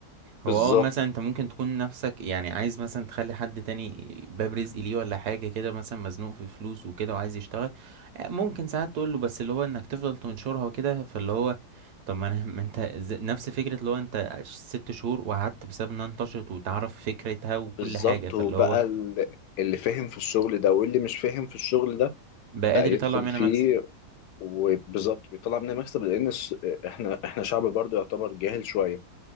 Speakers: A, on the right; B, on the left.
A: هو
B: بالظبط
A: اه مثلا انت ممكن تكون نفسك يعني عايز مثلا تخلي حد تاني باب رزق ليه ولا حاجة كده مثلا مزنوق في فلوس وكده وعايز يشتغل آه، ممكن ساعات تقول له بس اللي هو انك تفضل تنشرها وكده فاللي هو طب ما انا <laughs> ما انت ز- نفس فكرة اللي هو انت ست شهور وقعدت بسبب انها انتشرت وتعرف فكرتها وكل
B: بالظبط
A: حاجة فاللي
B: وبقى
A: هو
B: ال- اللي فاهم في الشغل ده واللي مش فاهم في الشغل ده
A: بقى
B: بقى
A: قادر يطلع
B: يدخل
A: منها
B: فيه
A: مكسب
B: وبالظبط بيطلع منها مكسب لان الس- احنا احنا شعب برضو يعتبر جاهل شوية